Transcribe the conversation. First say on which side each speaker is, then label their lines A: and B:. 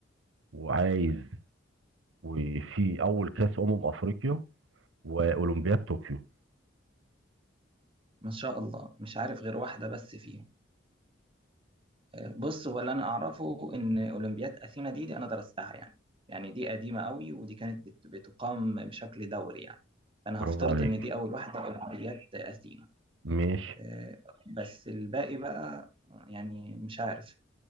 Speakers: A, on the right; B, on the right.
A: وعايز وفي اول كأس امم افريقيا واولمبياد طوكيو
B: ما شاء الله مش عارف غير واحدة بس فيهم آه، بص هو اللي انا اعرفه ان اولمبياد اثينا دي, دي انا درستها يعني يعني دي قديمة قوي ودي كانت بت- بتقام بشكل دوري يعني فانا
A: برافو
B: هفترض
A: عليك
B: ان دي اول واحدة اولمبياد اثينا
A: ماشي
B: آه، بس الباقي بقى آه، يعني مش عارف